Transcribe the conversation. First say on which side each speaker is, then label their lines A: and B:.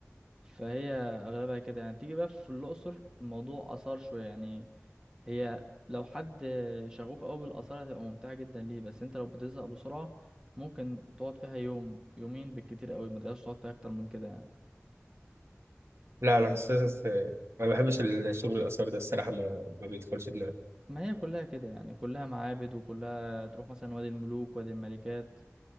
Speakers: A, on the right; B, on the right.
A: فهي اغلبها كده يعني تيجي بقى في الاقصر الموضوع اثار شويه يعني هي لو حد شغوف قوي بالاثار هتبقى ممتعه جدا ليه بس انت لو بتزهق بسرعه ممكن تقعد فيها يوم يومين بالكتير قوي ما تقدرش تقعد فيها اكتر من كده يعني
B: لا انا حاسس ما بحبش الشغل الاثار ده الصراحه ما ما بيدخلش دماغي
A: ما هي كلها كده يعني كلها معابد وكلها تروح مثلا وادي الملوك وادي الملكات